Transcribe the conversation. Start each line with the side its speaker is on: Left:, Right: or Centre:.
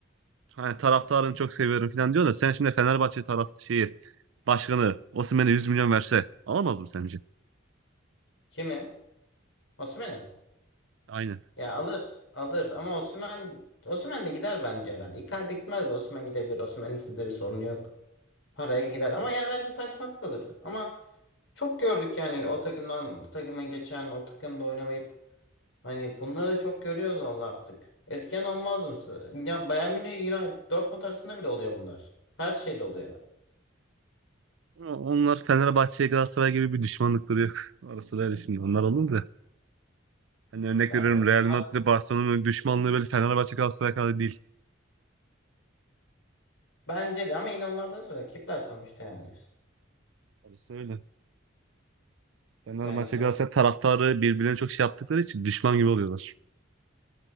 Right: hani taraftarını çok seviyorum falan diyor da sen şimdi Fenerbahçe taraf şeyi başkanı Osimhen'e 100 milyon verse alamaz mı sence?
Left: Kimi? Osimhen'i.
Right: Aynen.
Left: Ya alır. Alır ama Osimhen Osimhen de gider bence herhalde. Icardi gitmez de Osimhen gidebilir. Osimhen'in sizde bir sorunu yok. Paraya gider ama yani bence saçmalık kalır. Ama çok gördük yani o takımdan bu takıma geçen o takımda oynamayıp hani bunları da çok görüyoruz valla artık. Eskiden olmaz mısın? Ya Bayern Münih, United, Dortmund arasında bile oluyor bunlar. Her şeyde oluyor.
Right: Ama Onlar Fenerbahçe'ye Galatasaray gibi bir düşmanlıkları yok. <laughs> Orası da öyle şimdi onlar alındı da, Hani örnek
Left: Ya
Right: veriyorum
Left: orası
Right: Real Madrid ile Barcelona'nın düşmanlığı böyle Fenerbahçe Galatasaray kadar değil.
Left: Bence de ama yine onlarda da rakipler sonuçta yani.
Right: Orası öyle. Fenerbahçe
Left: Yani sonuçta
Right: Galatasaray taraftarı birbirlerine çok şey yaptıkları için düşman gibi oluyorlar.